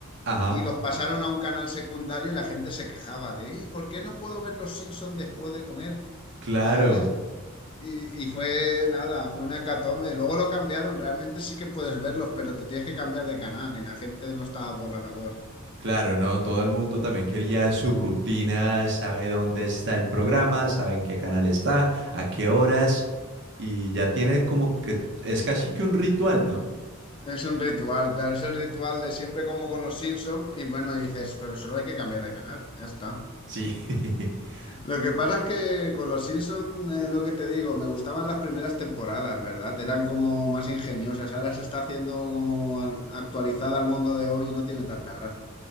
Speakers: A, on the right (about 60°); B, on the left (about 25°).
A: Ajá,
B: y los pasaron a un canal secundario y la gente se quejaba de, ¿y por qué no puedo ver los Simpson después de comer?
A: claro,
B: ¿Sabes? Y, y fue nada, fue una hecatombe. Luego lo cambiaron, realmente sí que puedes verlos, pero te tienes que cambiar de canal y la gente no estaba por la labor.
A: claro, no, todo el mundo también quería su rutina, sabe dónde está el programa, sabe en qué canal está, a qué horas, y ya tiene como que es casi que un ritual, ¿no?
B: Es un ritual, claro, es el ritual de siempre como con los Simpsons y bueno, dices, pero solo hay que cambiar de canal, ya está.
A: Sí. <laughs>
B: Lo que pasa es que con los Simpsons, eh, lo que te digo, me gustaban las primeras temporadas, ¿verdad? Eran como más ingeniosas, ahora se está haciendo como al- actualizada al mundo de hoy y no tiene tanta gracia.